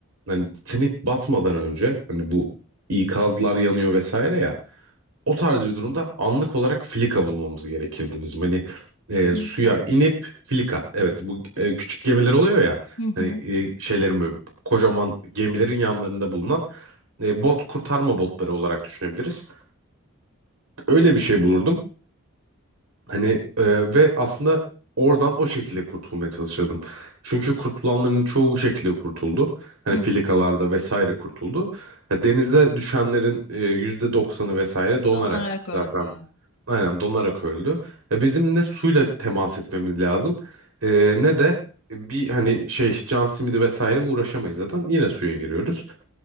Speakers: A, on the right; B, on the left.
A: hani Titanic batmadan önce hani bu ikazlar yanıyor vesaire ya o tarz bir durumda anlık olarak filika bulmamız gerekirdi bizim. Hani e,
B: İlka.
A: suya inip filika evet bu e, küçük gemiler oluyor ya
B: Hı hı.
A: hani e, şeylerin böyle kocaman gemilerin yanlarında bulunan e, bot kurtarma botları olarak düşünebiliriz öyle bir şey bulurdum. Hani e, ve aslında oradan o şekilde kurtulmaya çalışırdım. Çünkü kurtulanların çoğu bu şekilde kurtuldu. Hani
B: Hı
A: filikalarda
B: hı.
A: vesaire kurtuldu. Ha, denize düşenlerin e, yüzde doksanı vesaire donarak
B: Donarak öldü.
A: zaten Aynen donarak öldü. E, bizim ne suyla temas etmemiz lazım e, ne de bir hani şey can simidi vesaire uğraşamayız zaten. Yine suya giriyoruz.